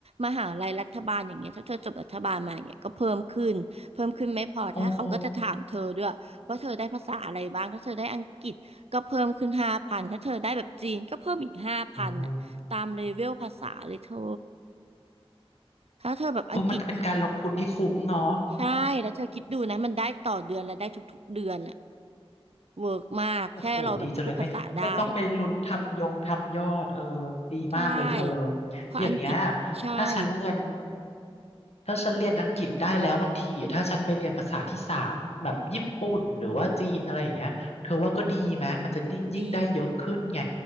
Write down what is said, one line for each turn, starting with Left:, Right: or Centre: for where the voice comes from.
Right: มหาลัยรัฐบาลอย่างเงี้ยถ้าเธอจบรัฐบาลมาเนี่ยก็เพิ่มขึ้นเพิ่มขึ้นไม่พอถ้าเขาก็จะถามเธอด้วยว่าเธอได้ภาษาอะไรบ้างถ้าเธอได้อังกฤษก็เพิ่มขึ้นห้าพันถ้าเธอได้แบบจีนก็เพิ่มอีกห้าพันน่ะตามเลเวลภาษาเลยเธอ
Left: โอ้โหโอ้โห
Right: ถ้าเธอแบบอังกฤษ
Left: โอ้มันเป็นการลงทุนที่คุ้มเนาะ
Right: ใช่แล้วเธอคิดดูนะมันได้ต่อเดือนและได้ทุกๆเดือนอะเวิร์กมากแค่เราแบบพูดภาษาได้อะ
Left: โอ้โหดีจังเลยไม่ไม่ต้องไปลุ้นทำยงทำยอดเออดีมากเลยเธอ
Right: ใช่เพราะอังกฤษใช่
Left: อย่างเงี้ยถ้าฉันเรียนถ้าฉันเรียนอังกฤษได้แล้วบางทีถ้าฉันไปเรียนภาษาที่สามแบบญี่ปุ่นหรือว่าจีนอะไรอย่างเงี้ยเธอว่าก็ดีไหมมันจะยิ่งยิ่งได้เยอะขึ้นไง
Right: ดี